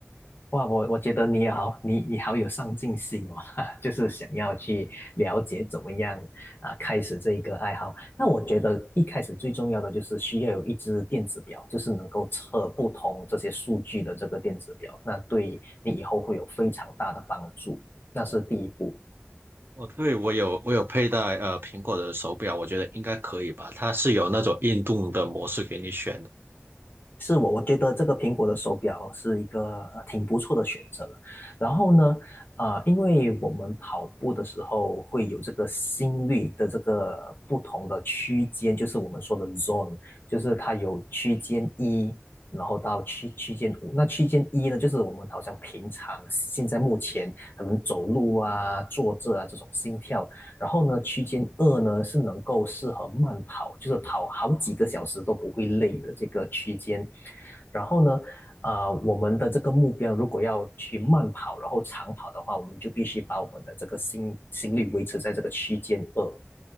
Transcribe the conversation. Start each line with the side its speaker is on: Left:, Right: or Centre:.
Left: 哇，我我觉得你好，你你好有上进心哦，<laughs> 就是想要去了解怎么样啊、开始这一个爱好。那我觉得一开始最重要的就是需要有一只电子表，就是能够测不同这些数据的这个电子表，那对你以后会有非常大的帮助。那是第一步。
Right: 哦，对，我有我有佩戴呃苹果的手表，我觉得应该可以吧。它是有那种运动的模式给你选的。
Left: 是我，我觉得这个苹果的手表是一个呃挺不错的选择了。然后呢，呃，因为我们跑步的时候会有这个心率的这个不同的区间，就是我们说的 zone，就是它有区间一，然后到区区间五。那区间一呢，就是我们好像平常现在目前可能走路啊、坐着啊这种心跳然后呢，区间二呢是能够适合慢跑，就是跑好几个小时都不会累的这个区间。然后呢，呃，我们的这个目标如果要去慢跑，然后长跑的话，我们就必须把我们的这个心心率维持在这个区间二。